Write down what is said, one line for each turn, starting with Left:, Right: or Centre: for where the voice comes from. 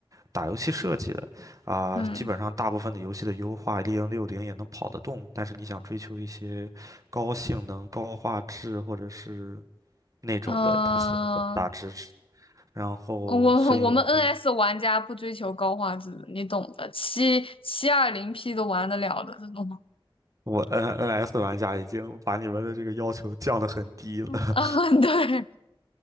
Right: 打游戏设计的，啊、
Left: 嗯
Right: 基本上大部分的游戏的优化，一零六零也能跑得动，但是你想追求一些高性能、高画质或者是那种的，
Left: 嗯，
Right: 它其实很大支持。然后，
Left: 我我们
Right: 所以我可以，
Left: NS 玩家不追求高画质，你懂的，七七二零 P 都玩得了的这种。
Right: 我 NNS 玩家已经把你们的这个要求降得很低了。
Left: <laughs> 啊，对